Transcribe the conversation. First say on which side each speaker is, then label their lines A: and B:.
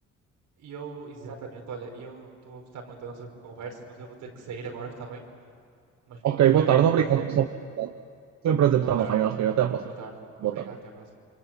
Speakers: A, on the right (about 85°); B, on the right (about 65°).
A: E eu, exatamente, olha, e eu estou a gostar muito da nossa conversa, mas eu vou ter que sair agora, está bem? Mas pronto,
B: Ok,
A: foi
B: boa
A: um
B: tarde,
A: um
B: obrigado.
A: prazer.
B: pessoal. Foi um prazer
A: Boa
B: estar
A: tarde,
B: bem, ok, até à próxima.
A: boa tarde.
B: Boa
A: Obrigado,
B: tarde.
A: até à próxima.